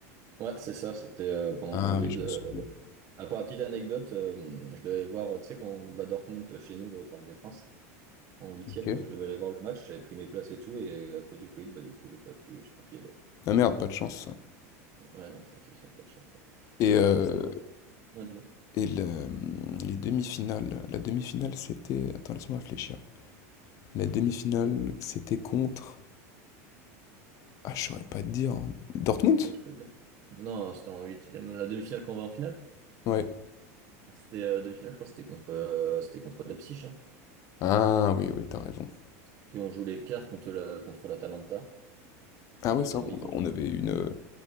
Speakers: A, on the right; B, on the left.
A: Ouais, c'est ça, c'était euh, pendant
B: Ah
A: le Covid.
B: oui, je
A: euh.
B: me souviens.
A: Ah, pour la petite anecdote, euh, je devais aller voir, euh, tu sais, quand on bat Dortmund chez nous, là, au Parc des Princes, en huitième,
B: Ok.
A: bah, je devais aller voir le match, j'avais pris mes places et tout, et à cause du Covid, bah, du coup, j'ai pas pu, j'ai pas pu y aller.
B: Ah merde, pas de chance, ça.
A: Ouais, non, ça, c'est sûr, pas de chance. ouais.
B: Et, euh,
A: C'était dommage. Ouais, dis-moi.
B: et le- les demi-finales. La demi-finale, c'était. Attends, laisse-moi réfléchir. La demi-finale,
A: Donc, euh,
B: c'était contre. Ah, je saurais pas te dire. Dortmund?
A: moi, je peux te dire. Non, c'était en huitième, la demi-finale qu'on va en finale.
B: Ouais.
A: C'était euh, demi-finale, je crois, c'était contre, euh, c'était contre Leipzig, hein,
B: Ah oui, oui, t'as raison.
A: Puis on joue les quarts contre la, contre l'Atalanta
B: Ah
A: et les
B: ouais,
A: demi
B: ça, on,
A: contre.
B: on avait une. euh,